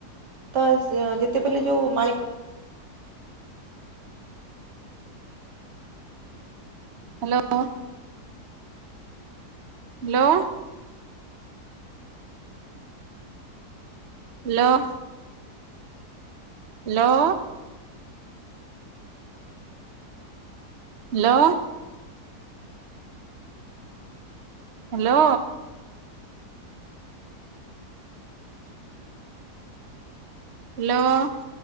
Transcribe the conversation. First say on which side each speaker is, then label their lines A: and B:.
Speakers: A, on the right (about 75°); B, on the right (about 50°).
A: ତ ଯେତେବେଳେଯୋଉ ମାଳିକା।
B: Hello. Hello. Hello. Hello. Hello. Hello. Hello.